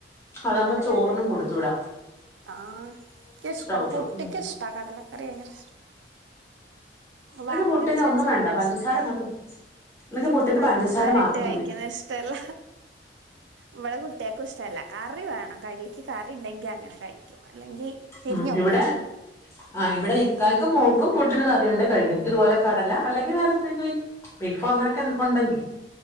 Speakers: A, on the left; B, on the right.
A: അതാഉമ്പോ
B: കടലല്ലേ
A: ചോറിനും കൊടുത്തു വിടാം
B: ആഹ് ആഹ് കിഷ്ടം
A: അവക്ക്
B: പുുട്ടിക്കിഷ്ട
A: ഉം.
B: കടലക്കറി ഭയങ്കരഷ്
A: എനിക്ക്
B: വറത്തരച്ച്
A: പുട്ടിന് ഒന്നും
B: വെച്ചാ
A: വേണ്ട
B: വയങ്കര
A: പഞ്ചസാര
B: ഇഷ്ട
A: മാത്രം
B: എനിക്ക്
A: പുട്ടിന്
B: പഞ്ചസാര
A: മാത്രം
B: ഇട്ട് കഴിക്കുന്നത്
A: മതി
B: ഇഷ്ടല്ല ഇവിടെ കു ട്ട്യേക്കു ഇഷ്ടല്ല കറി വേണം കടിക്ക് കറിണ്ടെങ്കി അങ്ങനെ കഴിക്കും അല്ലെങ്കി തിരിഞ്ഞു
A: അഹ്
B: നോക്കൂല
A: ഇവിടെ ആഹ് ഇവിടെ ഇക്കായക്കും മോക്കും പുട്ടിന് കറിയുണ്ടേ കഴികു ഇതുപോലെ കടല അല്ലെങ്കിൽ വേറെ എന്തെങ്കിലും ബിഗ് ഫോ അങ്ങനെക്കെ ഉണ്ടെങ്കി